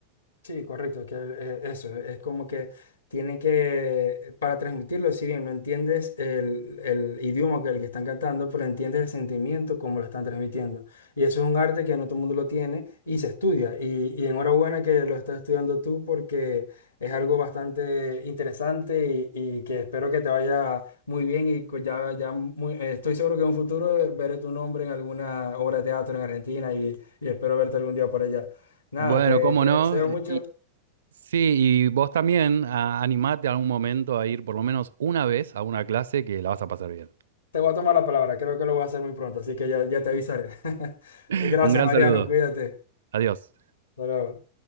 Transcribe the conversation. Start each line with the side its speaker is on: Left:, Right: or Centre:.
Left: Sí, correcto, que eh, eso, es como que tienen que, para transmitirlo, si bien no entiendes el, el idioma que el que están cantando, pero entiendes el sentimiento como lo están transmitiendo. Y eso es un arte que no todo el mundo lo tiene y se estudia. Y, y enhorabuena que lo estás estudiando tú porque es algo bastante interesante y, y que espero que te vaya muy bien y co- ya, ya muy- eh, estoy seguro que en un futuro veré tu nombre en alguna obra de teatro en Argentina y, y espero verte algún día por allá. Nada,
Right: Bueno,
Left: te,
Right: cómo
Left: te
Right: no.
Left: deseo
Right: eh,
Left: mucho.
Right: Y, sí, y vos también a- animate algún momento a ir por lo menos una vez a una clase que la vas a pasar bien.
Left: Te voy a tomar la palabra, creo que lo voy a hacer muy pronto, así que ya, ya te avisaré. <laughs>
Right: <laughs>
Left: Gracias,
Right: Un gran
Left: Mariano,
Right: saludo.
Left: cuídate.
Right: Adiós.
Left: Hasta luego.